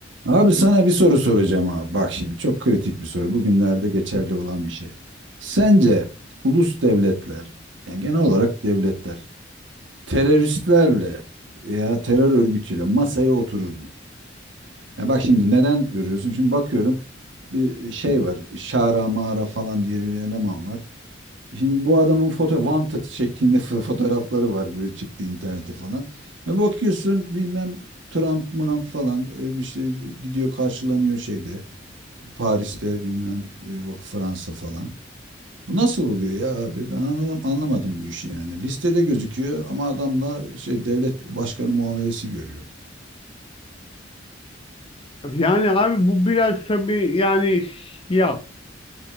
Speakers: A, on the right; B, on the left.
A: Abi sana bir soru soracağım abi. Bak şimdi çok kritik bir soru. Bugünlerde geçerli olan bir şey. Sence ulus devletler, yani genel olarak devletler, teröristlerle veya terör örgütüyle masaya oturur mu? Ya bak şimdi neden görüyorsun? Şimdi bakıyorum bir şey var. Şara Mara falan diye bir eleman var. Şimdi bu adamın foto wanted şeklinde <laughs> fo- fotoğrafları var böyle çıktı internete falan. E bakıyorsun bilmem Trump, Trump falan e, işte gidiyor karşılanıyor şeyde. Paris'te bilmem e, Fransa falan. Bu nasıl oluyor ya abi? Ben anladım, anlamadım bu işi yani. Listede gözüküyor ama adamla şey devlet başkanı muamelesi görüyor.
B: Yani abi bu biraz tabii yani ya